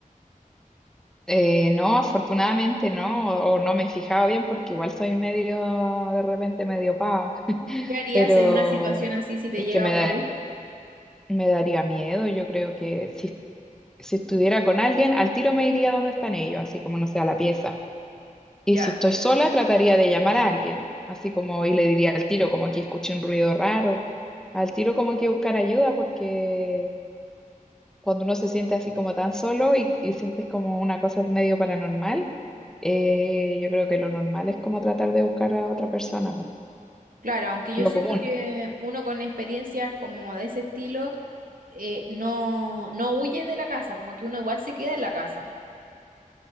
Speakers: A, in the centre; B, on the right (about 80°).
A: Eh, no, afortunadamente no, o, o no me fijaba bien porque igual soy medio, de repente medio paga
B: ¿Qué harías
A: pero
B: en una situación así si te
A: es
B: llega
A: que me,
B: a ocurrir?
A: da- me daría miedo. Yo creo que si, si estuviera con alguien, al tiro me iría donde están ellos, así como no sea la pieza. Y
B: Ya.
A: si estoy sola, trataría de llamar a alguien, así como y le diría al tiro, como que escuché un ruido raro, al tiro como que buscar ayuda, porque cuando uno se siente así como tan solo y, y sientes como una cosa medio paranormal, eh, yo creo que lo normal es como tratar de buscar a otra persona, po,
B: Claro, aunque yo
A: Lo
B: siento
A: común.
B: que uno con experiencias como de ese estilo eh, no, no huye de la casa, como que uno igual se queda en la casa.